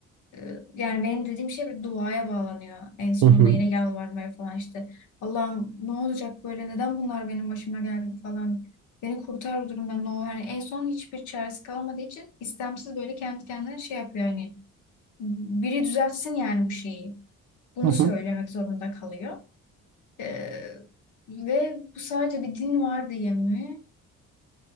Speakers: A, on the left; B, on the right.
A: Ee, Yani benim dediğim şey bir duaya bağlanıyor. En sonunda
B: Hı hı.
A: yine yalvarmaya falan işte. Allah'ım ne olacak böyle neden bunlar benim başıma geldi falan. Beni kurtar bu durumdan ne olur. Hani en son hiçbir çaresi kalmadığı için istemsiz böyle kendi kendine şey yapıyor hani. Biri düzeltsin yani bu şeyi. Bunu
B: Hı hı.
A: söylemek zorunda kalıyor. Ee, ve bu sadece bir din var diye mi?